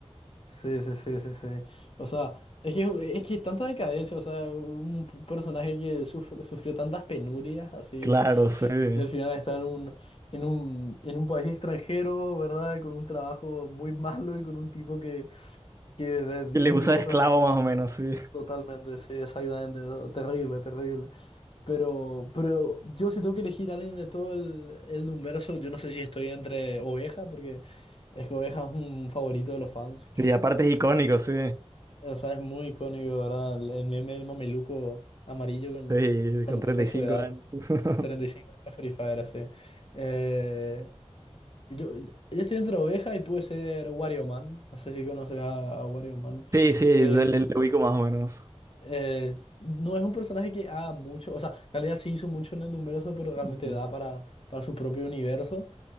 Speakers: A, on the left; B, on the right.
A: Sí, sí, sí, sí, sí. O sea, es que es que tanta decadencia, o sea, un p- personaje que sufre- sufrió tantas penurias, así,
B: Claro, sí. Y
A: y, y al final está en un, en un, en un país extranjero, ¿verdad? Con un trabajo muy malo y con un tipo que, que de muy
B: le usa
A: dudosa
B: de esclavo
A: reputación.
B: más o menos, sí.
A: Totalmente, sí, exactamente. no, Terrible, terrible. Pero, pero yo si tengo que elegir a alguien de todo el, el Dunverso, yo no sé si estoy entre Oveja, porque... Es que Oveja es un favorito de los fans.
B: Y aparte es icónico, sí.
A: O sea, es muy icónico, ¿verdad? El, el meme del mameluco amarillo con,
B: Sí,
A: con,
B: con treinta
A: con
B: y cinco
A: su edad.
B: años. <laughs>
A: 35 años Free Fire, así. Eh, yo, yo yo estoy entre oveja y puede ser Wario Man. No sé si conoces a, a Wario Man.
B: Sí, sí,
A: Eh,
B: le, le ubico más o menos.
A: eh, no es un personaje que haga mucho, o sea, en realidad sí hizo mucho en el Dumbverso, pero realmente
B: Ujú.
A: da para, para su propio universo.